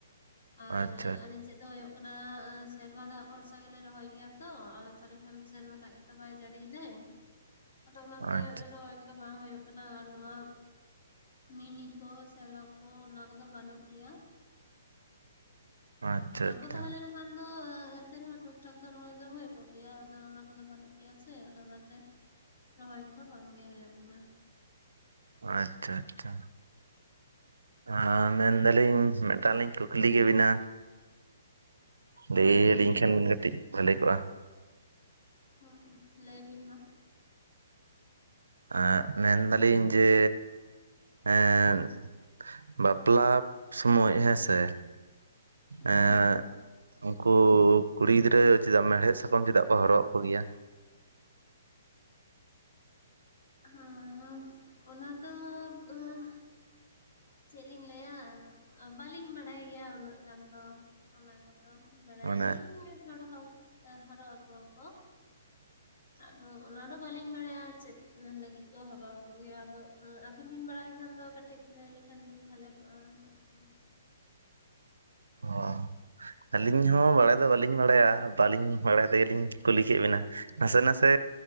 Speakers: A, on the left (about 55°); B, on the right (about 70°).
A: ᱟᱨ
B: ᱟᱪᱪᱷᱟ
A: ᱟᱹᱞᱤᱧ ᱥᱮᱫ ᱫᱚ ᱦᱩᱭᱩᱜ ᱚᱱᱟ ᱥᱮᱨᱢᱟ ᱫᱟᱜ ᱵᱷᱚᱨᱥᱟ ᱜᱮᱞᱮ ᱨᱚᱦᱚᱭ ᱜᱮᱭᱟ ᱛᱚ ᱟᱫᱚ ᱛᱟᱦᱚᱞᱮ ᱠᱷᱟᱱ ᱥᱮᱨᱢᱟ ᱫᱟᱜ ᱜᱮᱛᱚ ᱵᱟᱭ ᱡᱟᱹᱲᱤᱭᱮᱫᱟᱭ ᱾
B: <inaudible>
A: ᱟᱫᱚ ᱚᱱᱟᱛᱮ
B: ᱟᱪᱪᱷᱟ
A: ᱨᱚᱦᱚᱭ ᱠᱚᱫᱚ ᱵᱟᱝ ᱦᱩᱭᱩᱜ ᱠᱟᱱᱟ ᱟᱨ ᱱᱚᱣᱟ ᱢᱤᱱᱤ ᱠᱚ ᱥᱮᱞᱚ ᱠᱚ ᱚᱱᱟ ᱠᱚᱫᱚ ᱵᱟᱹᱱᱩᱜ ᱜᱮᱭᱟ᱾
B: ᱟᱪᱪᱷᱟ
A: ᱚᱱᱟ ᱠᱚ ᱛᱟᱦᱮᱸ
B: ᱟᱪᱪᱷᱟ
A: ᱞᱮᱱ ᱠᱷᱟᱱ ᱫᱚ ᱮᱱᱛᱮ ᱨᱮᱦᱚᱸ ᱴᱷᱤᱠᱼ ᱴᱷᱟᱠ ᱫᱚ ᱨᱚᱦᱚᱭ ᱫᱚ ᱦᱩᱭ ᱠᱚᱜ ᱜᱮᱭᱟ ᱟᱫᱚ ᱚᱱᱟ ᱠᱚᱫᱚ ᱵᱟᱹᱱᱩᱜ ᱜᱮᱭᱟ ᱥᱮ ᱟᱫᱚ ᱚᱱᱟᱛᱮ ᱨᱚᱦᱚᱭ ᱠᱚᱫᱚ ᱵᱟᱝ ᱜᱮ ‌ᱦᱩᱭᱩᱜ ᱠᱟᱱᱟ ᱾
B: ᱟᱪᱪᱷᱟ ᱟᱪᱪᱷᱟ ᱾ ᱟ ᱢᱮᱱᱫᱟᱞᱤᱧ ᱢᱤᱫᱴᱟᱝ ᱞᱤᱧ ᱠᱩᱠᱞᱤ ᱠᱮ ᱵᱤᱱᱟ?
A: ᱦᱚᱸ
B: ᱞᱟᱹᱭ ᱟᱹᱞᱤᱧ
A: ᱵᱤᱱ
B: ᱠᱷᱟᱱ ᱠᱟᱹᱴᱤᱡ ᱵᱷᱟᱞᱮ ᱠᱚᱜᱼᱟ᱾
A: ᱦᱮᱸ ᱞᱟᱹᱭ ᱵᱤᱱ ᱢᱟ᱾
B: ᱮ ᱢᱮᱱᱫᱟᱞᱤᱧ ᱡᱮ ᱮᱸ ᱵᱟᱯᱞᱟ ᱥᱚᱢᱚᱭ ᱦᱮᱸ ᱥᱮ ᱮᱸ
A: ᱦᱳᱭ ᱦᱳᱭ
B: ᱩᱱᱠᱩ ᱠᱩᱲᱤ ᱜᱤᱫᱽᱨᱟᱹ ᱪᱮᱫᱟᱜ ᱢᱮᱲᱦᱮᱫ ᱥᱟᱠᱚᱢ ᱪᱮᱫᱟᱜ ᱠᱚ ᱦᱚᱨᱚᱜ ᱟᱠᱚ ᱜᱮᱭᱟ?
A: ᱦᱚᱸᱥ ᱚᱱᱟ ᱫᱚ ᱟᱸᱦ ᱪᱮᱫ ᱞᱤᱧ ᱞᱟᱹᱭᱟ ᱵᱟᱹᱞᱤᱧ ᱵᱟᱰᱟᱭ ᱜᱮᱭᱟ ᱩᱱᱟᱹᱜ ᱜᱟᱱ ᱫᱚ ᱚᱱᱟ ᱠᱚᱫᱚ ᱾ ᱟᱫᱚ ᱵᱟᱲᱟᱭᱟ
B: ᱢᱟᱱᱮ
A: ᱞᱤᱧ ᱦᱚᱨᱚ ᱦᱚᱨᱚᱜ ᱟᱠᱚᱣᱟ ᱠᱚ,
B: <unintelligible>
A: ᱟᱫᱚ ᱚᱱᱟᱫᱚ ᱵᱟᱹᱞᱤᱧ ᱵᱟᱲᱟᱭᱟ ᱪᱮᱫ ᱞᱟᱹᱜᱤᱫ ᱠᱚ ᱦᱚᱨᱟᱜ ᱟᱠᱚᱜᱮᱭᱟ, ᱟᱫᱚ ᱟᱹᱵᱤᱱ ᱵᱤᱱ ᱵᱟᱲᱟᱭ ᱠᱷᱟᱱ ᱫᱚ ᱠᱟ ᱠᱟᱹᱴᱤᱡ ᱞᱟᱹᱭ ᱞᱮᱠᱷᱟᱱ ᱵᱤᱱ ᱵᱷᱟᱞᱮ ᱠᱚᱜᱼᱟ ᱟᱨᱠᱤ ᱾
B: ᱚ᱾ ᱟᱹᱞᱤᱧ ᱦᱚᱸ ᱵᱟᱲᱟᱭ ᱫᱚ ᱵᱟᱹᱞᱤᱧ ᱵᱟᱲᱟᱭᱟ ᱵᱟᱹᱞᱤᱧ ᱵᱟᱲᱟᱭ ᱛᱮᱜᱮᱞᱤᱧ ᱠᱩᱞᱤ ᱠᱮᱫ ᱵᱤᱱᱟ ᱾ ᱱᱟᱥᱮ ᱱᱟᱥᱮ